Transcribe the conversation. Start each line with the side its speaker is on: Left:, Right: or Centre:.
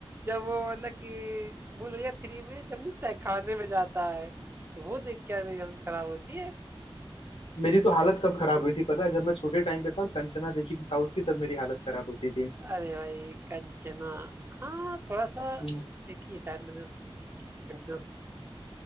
Right: जब वो मतलब कि भूल भुलैया थ्री में जब नहीं तहखाने में जाता है तो वो देख के मेरी हालत खराब होती है
Left: मेरी तो हालत कब खराब हुई थी पता है जब मैं छोटे टाइम पे था और कंचना देखी थी साउथ की तब मेरी हालत खराब होती थी
Right: अरे भाई कंचना हाँ थोड़ा सा
Left: हम्म।
Right: देखी है शायद मैंने कंचना